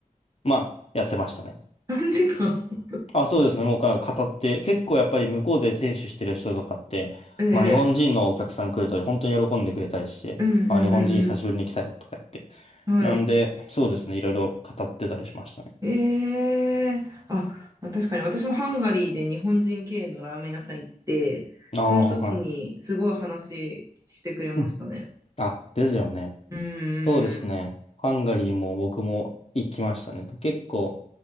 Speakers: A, on the left; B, on the right.
A: まあやってましたね。
B: 3時間。
A: あ、そうですね。もうなんか語って、結構やっぱり向こうで店主してる人とかって、
B: ええ
A: まあ日本人のお客さん来ると本当に喜んでくれたりして、
B: うんうんうん
A: あ、日本人久しぶりに来たよとか言って。
B: うん。はい。
A: なんで、そうですね。いろいろ語ってたりしましたね。
B: ええあ、まあ確かに私もハンガリーで日本人経営のラーメン屋さん行って、
A: ああ、
B: その時にすごい話してくれましたね。
A: はい。うんあ、ですよね。
B: うーん。
A: そうですね。ハンガリーも僕も行きましたね。結構、